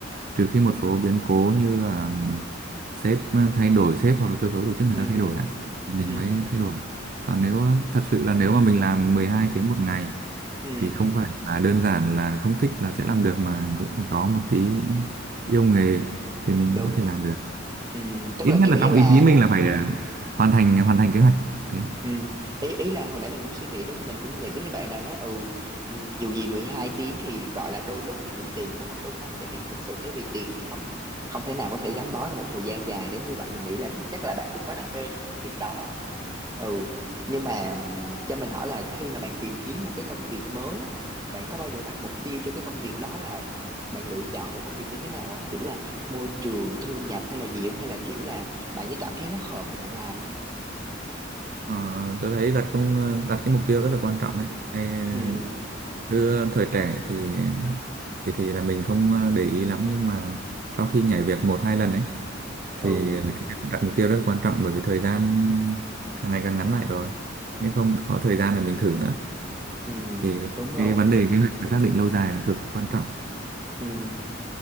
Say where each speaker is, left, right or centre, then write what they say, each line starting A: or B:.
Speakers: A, on the right (about 45°); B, on the right (about 20°).
A: trừ khi một số biến cố như là sếp ờ, thay đổi sếp hoặc là cơ cấu tổ chức người
B: ừ
A: ta thay đổi ạ thì mình
B: ừ
A: mới thay đổi còn nếu thật sự là nếu mà mình làm 12 tiếng một ngày
B: ừ
A: thì Ừ. không phải là đơn giản là không thích là sẽ làm được mà cũng phải có một tí yêu nghề thì mình
B: đúng
A: mới có thể làm được
B: ừ tức
A: ít
B: là
A: nhất
B: kiểu
A: là
B: như
A: trong
B: là
A: ý chí mình là phải à, hoàn thành hoàn thành kế hoạch kiểu thế
B: Ừ. Ý, ý là hồi nãy mình cũng suy nghĩ đúng mình cũng nghĩ giống như bạn là nó ừ ừ, dù gì 12 tiếng thì gọi là đôi lúc thì vì tiền cũng không đúng lắm tại vì thực sự nếu vì tiền thì không không thể nào có thể gắn bó được một thời gian dài đến như vậy mình nghĩ là chắc là bạn cũng có đam mê trong công việc đó ừ nhưng mà ừm, cho mình hỏi là khi mà bạn tìm kiếm một cái công việc mới á bạn có bao giờ đặt mục tiêu cho cái công việc đó là ừm, bạn lựa chọn cái công việc như thế nào không kiểu là môi trường thu nhập hay là gì không hay là kiểu là bạn chỉ cảm thấy nó hợp thì bạn làm thôi
A: Ờ, tôi thấy đặt công đặt cái mục tiêu rất là quan trọng đấy ngay
B: ừ
A: cứ thời trẻ thì thì thì là mình không để ý lắm nhưng mà sau khi nhảy việc một hai lần ấy thì
B: ừ
A: cái việc đặt mục tiêu rất quan trọng bởi vì thời gian càng ngày càng ngắn lại rồi nếu không có thời gian để mình thử nữa
B: Ừ,
A: thì
B: đúng rồi.
A: cái vấn đề kế hoạch và xác định lâu dài là cực kỳ quan trọng
B: Ừ.